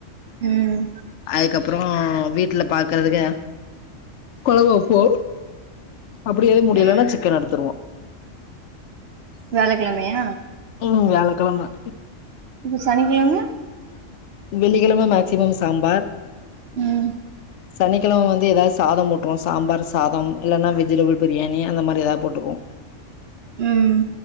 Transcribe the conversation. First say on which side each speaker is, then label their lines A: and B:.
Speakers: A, on the right; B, on the left.
A: ம்
B: அதுக்கப் புறோ வீட்ல பாக்குறதுக்கு கொழம்பு வப்போ அப்படி எது முடியலன்னா
A: ம்
B: சிக்கன் எடுத்துருவோ
A: வியாழக்கிழமையா
B: ம் வியாழக்கிழம
A: அப்ப சனிக்கிழம
B: வெள்ளிக்கிழம மேக்சிமம் சாம்பார்
A: ம்
B: சனிக்கிழம வந்து ஏதாச் சாதம் மூட்டுவோ சாம்பார் சாதம் இல்லன்னா வெஜ்டபிள் பிரியாணி அந்த மாரி ஏதாவது போட்ருவோ
A: ம்